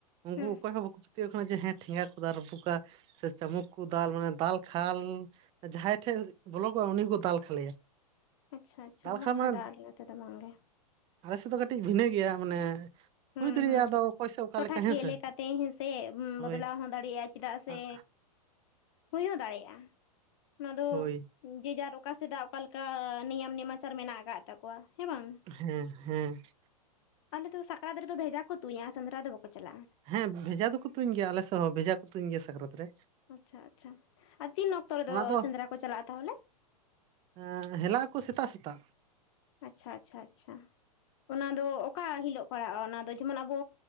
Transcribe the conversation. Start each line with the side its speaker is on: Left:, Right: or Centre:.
Right: ᱩᱱᱠᱩ
Left: ᱦᱩᱸ
Right: ᱚᱠᱚᱭ ᱦᱚᱸ ᱵᱟᱠᱚ ᱯᱟᱹᱛᱭᱟᱹᱣ ᱡᱮ ᱦᱮᱸ ᱴᱷᱮᱸᱜᱟ ᱠᱚ ᱫᱟᱞ ᱨᱯᱩᱠᱟ ᱥᱮ ᱪᱟᱢᱩᱠ ᱠᱚ ᱫᱟᱞ ᱢᱟᱱᱮ ᱫᱟᱞ ᱠᱷᱟᱞ ᱡᱟᱦᱟᱸᱭ ᱴᱷᱮᱡ ᱵᱚᱞᱚᱠᱚᱜ-ᱟ ᱩᱱᱤ ᱦᱚᱸᱠᱚ ᱫᱟᱞ ᱠᱷᱟᱞᱮᱭᱟ᱾
Left: ᱟᱪᱪᱷᱟ ᱟᱪᱪᱷᱟ
Right: ᱫᱟᱞ
Left: ᱵᱟᱝᱟ
Right: ᱠᱷᱟᱞ ᱢᱟᱱᱮ
Left: ᱫᱟᱞ ᱱᱚᱛᱮ ᱫᱚ ᱵᱟᱝᱜᱮ᱾
Right: ᱟᱞᱮ ᱥᱮᱫ ᱫᱚ ᱠᱟᱹᱴᱤᱡ ᱵᱷᱤᱱᱟᱹ ᱜᱮᱭᱟ ᱢᱟᱱᱮ
Left: ᱦᱩᱸ
Right: ᱦᱩᱭ ᱫᱟᱲᱮᱭᱟᱜᱼᱟ
Left: ᱦᱩᱸ
Right: ᱟᱫᱚ ᱚᱠᱚᱭ ᱥᱮᱫ ᱚᱠᱟ
Left: ᱴᱚᱴᱷᱟᱠᱤᱭᱟᱹ
Right: ᱞᱮᱠᱟ ᱦᱮᱸ ᱥᱮ
Left: ᱞᱮᱠᱟᱛᱮ ᱦᱮᱸᱥᱮ
Right: ᱦᱳᱭ
Left: ᱵᱚᱫᱽᱞᱟᱣ ᱦᱚᱸ ᱫᱟᱲᱮᱭᱟᱜ-ᱟ ᱪᱮᱫᱟᱜ ᱥᱮ
Right: ᱟᱨ
Left: ᱦᱩᱭ ᱦᱚᱸ ᱫᱟᱲᱮᱭᱟᱜ-ᱟ ᱚᱱᱟ ᱫᱚ
Right: ᱦᱳᱭ
Left: ᱡᱮᱡᱟᱨ ᱚᱠᱟᱥᱮᱫᱟᱜ ᱚᱠᱟᱮ ᱞᱮᱠᱟ ᱱᱤᱭᱟᱢ ᱱᱮᱢᱟᱪᱟᱨ ᱢᱮᱱᱟᱜ ᱟᱠᱟᱫ ᱛᱟᱠᱚᱣᱟ ᱦᱮᱸ ᱵᱟᱝ᱾
Right: ᱦᱮᱸ ᱦᱮᱸ ᱾
Left: ᱟᱞᱮᱫᱚ ᱥᱟᱠᱨᱟᱛ ᱨᱮᱫᱚ ᱵᱷᱮᱡᱟ ᱠᱚ ᱛᱩᱧᱟ ᱥᱮᱸᱫᱨᱟ ᱫᱚ ᱵᱟ ᱠᱚ ᱪᱟᱞᱟᱜ-ᱟ
Right: ᱦᱮᱸ ᱵᱷᱮᱡᱟ ᱫᱚᱠᱚ ᱛᱩᱧ ᱜᱮᱭᱟ ᱟᱞᱮ ᱥᱮᱫ ᱦᱚᱸ ᱵᱷᱮᱡᱟ ᱠᱚ ᱛᱩᱧ ᱜᱮᱭᱟ ᱥᱟᱠᱨᱟᱛ ᱨᱮ᱾
Left: ᱟᱪᱪᱷᱟ ᱟᱪᱪᱷᱟ ᱟᱨ ᱛᱤᱱ ᱚᱠᱛᱚ ᱨᱮᱫᱚ
Right: ᱚᱱᱟ ᱫᱚ
Left: ᱥᱮᱸᱫᱽᱨᱟ ᱠᱚ ᱪᱟᱞᱟᱜ-ᱟ ᱛᱟᱦᱚᱞᱮ?
Right: ᱮᱸ ᱦᱮᱞᱟᱜ ᱟᱠᱚ ᱥᱮᱛᱟᱜ ᱥᱮᱛᱟᱜ ᱾
Left: ᱟᱪᱪᱷᱟ ᱟᱪᱪᱷᱟ ᱟᱪᱪᱷᱟ ᱚᱱᱟ ᱫᱚ ᱚᱠᱟ ᱦᱤᱞᱳᱜ ᱯᱟᱲᱟᱜ-ᱟ ᱚᱱᱟ ᱫᱚ ᱡᱮᱢᱚᱱ ᱟᱵᱚ